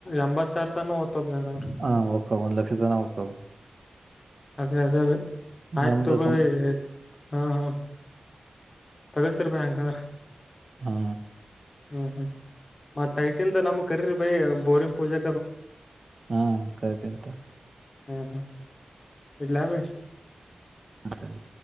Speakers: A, on the left (about 55°); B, on the right (about 55°).
A: ಎಂಬತ್ ಸಾವಿರ ತಾನ ಹೋಗ್ತದ ಹಂಗಾರ.
B: ಹಾ ಹೋಗ್ತಾವ್ ಒಂದು ಲಕ್ಷ ಜನ ಹೋಗ್ತಾವ್.
A: ಅದೇ ಅದೇ ಬೈ ಆಯ್ತು
B: ನಮ್ದ
A: ತಗೋ
B: ತುಂ
A: ಹಾ ಹಾ ತೆಗೆಸಿರಪೇ ಹಂಗಾರ.
B: ಹಾ
A: ಹಾ ಹಾ ತೆಗಿಸಿದ್ ನಮ್ಮ ಕರೀರಿ ಬೈ ಬೋರಿಂಗ್ ಪೂಜೆ.
B: ಹಾ ಕರೀತಿನಿ.
A: ಹಾ ಹಾ ಇಡ್ಲ ಭೈ.
B: ಅ ಸರಿ.